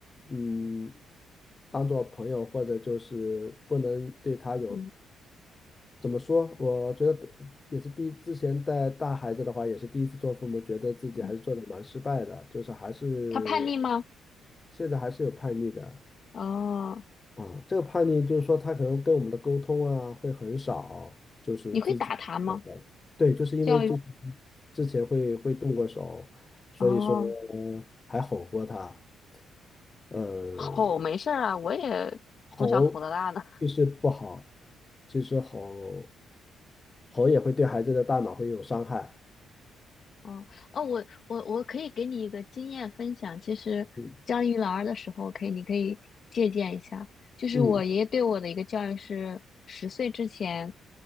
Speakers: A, on the left; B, on the left.
A: 嗯，当做朋友，或者就是不能对他有，
B: 嗯
A: 怎么说？我觉得也是第一，之前带大孩子的话，也是第一次做父母，觉得自己还是做的蛮失败的，
B: 嗯，
A: 就是还是
B: 他叛逆吗？
A: 现在还是有叛逆的，
B: 哦，
A: 啊，这个叛逆就是说他可能跟我们的沟通啊会很少，就是自己那个，
B: 你会打他吗？
A: 对，就是因为之
B: 教育，
A: 之前会会动过手，所以说
B: 哦，
A: 还吼过他，呃，
B: 吼没事儿啊，我也从小吼到大的。
A: 吼其实不好，其实吼吼也会对孩子的大脑会有伤害，
B: 哦哦，我我我可以给你一个经验分享。其实教育老二的时候，
A: 嗯
B: 可以你可以借鉴一下。就是我爷爷对我的一个教育是，
A: 嗯
B: 十岁之前